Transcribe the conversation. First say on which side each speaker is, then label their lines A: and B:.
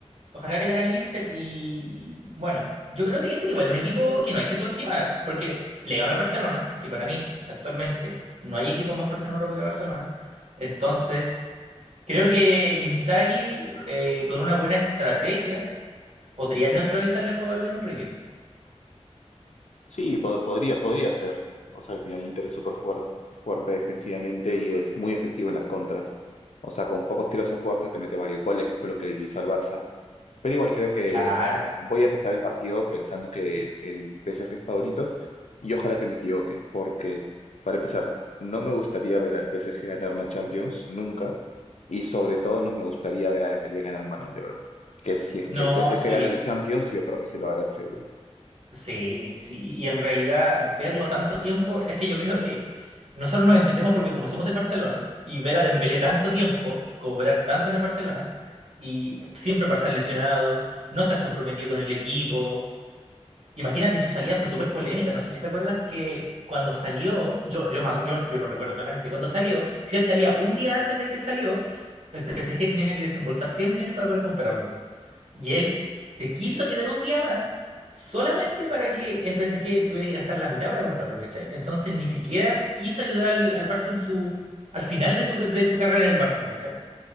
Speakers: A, on the right; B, on the left.
A: Ojalá que le gane el Inter y, y, bueno, yo creo que el Inter igual es un equipo que no hay que subestimar porque le ganó al Barcelona, que para mí actualmente no hay equipo más fuerte en Europa que Barcelona. Entonces, creo que Inzaghi eh, con una buena estrategia podría neutralizarle el juego a Luis Enrique.
B: Sí, pod- podría, podría ser. O sea, al final el Inter es súper fuerte, fuerte defensivamente y es muy efectivo en las contras. O sea, con pocos tiros a puerta te mete varios goles, que fue lo que le hizo al Barça. Pero igual creo que,
A: Claro.
B: o sea, voy a empezar el partido pensando que el PSG es favorito y ojalá que me equivoque, porque para empezar, no me gustaría ver al PSG ganar una Champions, nunca, y sobre todo no me gustaría ver a Dembélé ganar un Balón de Oro. Que si es que
A: No,
B: el PSG
A: sí,
B: gana la Champions, yo creo que se lo harán seguro.
A: Sí, sí, y en realidad verlo tanto tiempo es que yo creo que nosotros nos entendemos porque como somos del Barcelona y ver a Dembélé tanto tiempo, cobrar tanto en el Barcelona y siempre pasar lesionado, no estar comprometido con el equipo. Imagínate, su salida fue súper polémica, no sé si te acuerdas que cuando salió, yo, yo, me- yo, yo lo recuerdo claramente, cuando salió, si él salía un día antes de que salió, el PSG tenía que desembolsar 100 millones para poder comprarlo. Y él se quiso quedar un día más solamente para que el PSG tuviera que gastar la mitad para comprarlo, ¿cachai? Entonces ni siquiera quiso ayudar al, al Barça en su, al final de su, de su carrera en el Barça, ¿cachai?